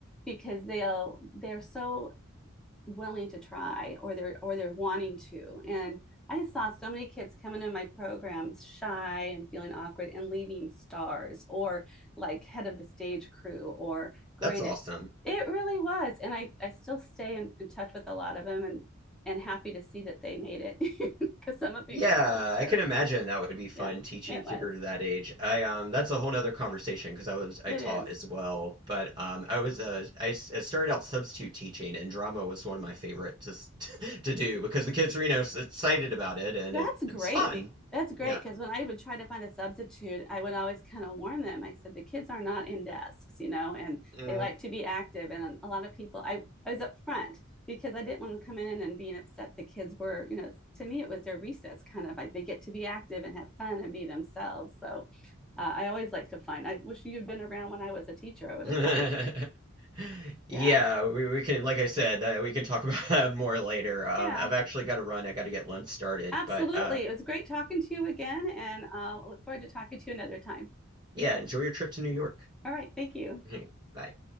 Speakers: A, in the centre; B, on the right (about 20°).
A: because they all they're so willing to try or they're or they're wanting to and i saw so many kids coming in my programs shy and feeling awkward and leaving stars or like head of the stage crew or great
B: That's awesome.
A: at it really was and i i still stay in, in touch with a lot of them and and happy to see that they made it because <laughs> some of them
B: Yeah,
A: weren't so sure
B: I can imagine
A: yeah
B: that would be fun
A: yeah
B: teaching
A: it
B: theater
A: was
B: to that age. I um that's a whole nother conversation because I was I
A: it
B: taught
A: is
B: as well, but um I was uh, I, s- I started out substitute teaching and drama was one of my favorite to s- <laughs> to do because the kids are you know s- excited about it and
A: That's
B: it
A: great.
B: it's fun.
A: be- That's great
B: Yeah.
A: because when I would try to find a substitute, I would always kind of warn them. I said, the kids are not in desks, you know, and
B: Mm.
A: they like to be active. And a lot of people, I, I was up front because I didn't want to come in and being upset the kids were, you know, to me, it was their recess kind of like they get to be active and have fun and be themselves. So uh, I always like to find, I wish you'd been around when I was a teacher. I would
B: <laughs>
A: have hired you.
B: Yeah,
A: Yeah.
B: we, we can like I said, uh, we can talk about <laughs> that more later. Um
A: Yeah.
B: I've actually got to run. I got to get lunch started,
A: Absolutely.
B: but uh
A: It was great talking to you again. And uh, I look forward to talking to you another time.
B: yeah, enjoy your trip to New York.
A: All right. Thank you.
B: <laughs> Bye.